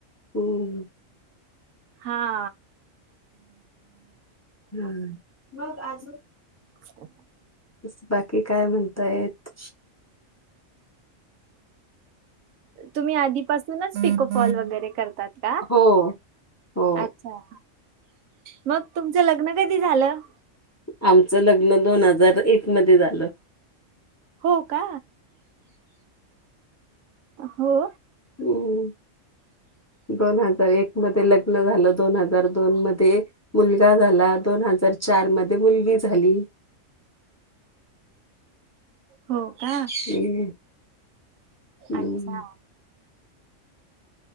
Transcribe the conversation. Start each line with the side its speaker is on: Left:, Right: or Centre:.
Left: हम्.
Right: हा.
Left: हा. मग अजून?
Right: <inaudible>
Left: बस बाकी काय म्हणतायेत?
Right: तुम्ही आधीपासूनच पिकोफॉल वगैरे करतात का?
Left: हो हो
Right: अच्छा, मग तुमचं लग्न कधी झालं?
Left: आमचं लग्न दोन हजार एक मध्ये झालं.
Right: हो का? हो?
Left: हम्म. दोन हजार एक मध्ये लग्न झालं. दोन हजार दोन मध्ये एक मुलगा झाला, दोन हजार चार मध्ये मुलगी झाली.
Right: हो का?
Left: हम्म हम्म
Right: अच्छा.